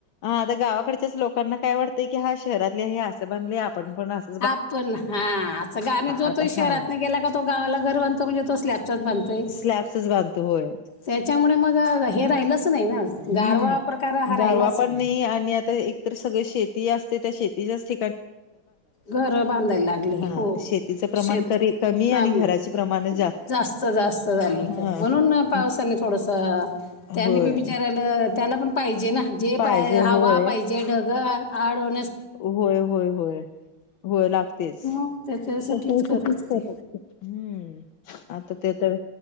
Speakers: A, on the left (about 75°); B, on the left (about 55°).
A: हा आता गावाकडच्याच लोकांना काय वाटतं की हा शहरातली हे आ असं बधले आपण पण असत
B: आपण हा असं ग आणि जो
A: आता
B: तो शहरात
A: हा
B: नाही गेला का तो गावाला घर बनतो म्हणजे तो स्लॅबचाच बनतो
A: स्लॅबच बांधतो होय
B: त्याच्यामुळे मग हे राहिलच नाही ना
A: हम्म
B: गारवा प्रकार हा राहिलाच
A: गारवा पण नाही आणि आता एकतर सगळ शेती असते त्या शेती जास्त
B: घर बांधायला लागले
A: हा
B: हो
A: शेतीचं प्रमाण
B: शेत
A: करी
B: कमी
A: आणि घराचे प्रमाण
B: जास्त जास्त झाली
A: हा
B: ख म्हणून पावसाने थोडस त्यानी
A: होय
B: बी विचारायला त्याला पण पाहिजे ना जे
A: पाहिजे
B: पा हवा
A: होय
B: पा जे ढग आड हो
A: होय होय होय. होय लागतेच.
B: मग त्याच्यासाठीच
A: <unintelligible>
B: करत
A: हम्म.
B: ते
A: हम्म. आता ते तर